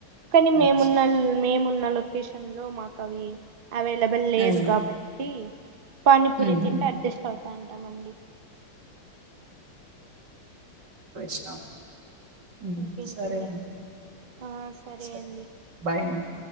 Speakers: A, on the right; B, on the right.
A: కానీ మేమున్నల్
B: ఓకే
A: మేమున్న లొకేషన్ లో మాకు అవి అవైలబుల్ లేదు
B: హ్మ్
A: కాబట్టి పానీపూరి
B: హ్మ్
A: తింట అడ్జస్ట్ అవుతా ఉంటామ అండి
B: వెస్ట్ ఆ ఊ
A: ఇంకేంటండి
B: సరే అండి
A: ఆ సరే
B: సర
A: అండి
B: బాయ్ అండీ